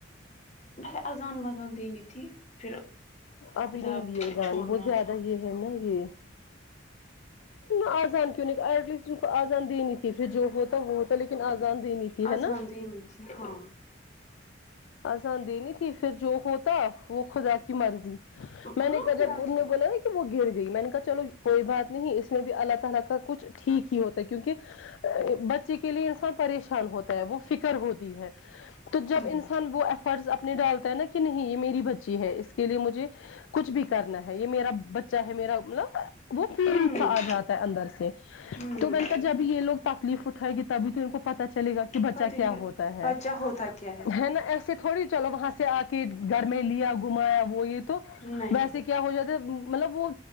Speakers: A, on the left; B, on the left.
A: ہں آذان وذان دینی تھی پھر
B: ابھی
A: خدا
B: نہیں دیے اذان
A: چھوڑنا
B: بہت زیادہ
A: تھا
B: یہ ہے نا یہ آزان کیوں نہیں اٹلیسٹ ان کو آزان دینی تھی پھر جو ہوتا وہ ہوتا لیکن آزان دینی تھی
A: آزان
B: ہے نا
A: دینی تھی ہاں
B: آذان دینی تھی پھر جو ہوتا وہ خدا مرضی میں
A: ہاں
B: نے کہا
A: خدا
B: جب انہوں
A: کے
B: نے بولا تو وہ گر گئی میں نے کہا چلو کوئی بات نہیں اس میں بھی اللہ تعالی کا کچھ ٹھیک ہی ہوتا ہے کیونکہ بچے کے لیے انسان پریشان ہوتا ہے وہ فکر ہوتی ہے تو جب
A: ہمم
B: انسان وہ ایفرٹس اپنے ڈالتا ہے نا کہ نہیں یہ میری بچی ہے اس کے لیے مجھے کچھ بھی کرنا ہے یہ میرا بچہ ہے میرا مطلب وہ فیل
A: ہمم
B: سا آ جاتا ہے اندر سے
A: ہمم
B: تو میں نے کہ جبھی یہ لگ تکلیف اٹھائے گے تب تو ان کو پتا چلے گا کہ کہ بچہ
A: پتی
B: کیا ہوتا ہے
A: بچہ ہوتا کیا
B: ہے نا ایس تھوڑی چلو وہاں سے آ کے گھر میں لیا گھمایا وہ یہ تو
A: نہیں
B: ویسے کیا ہو جاتا ہے مطلب وہ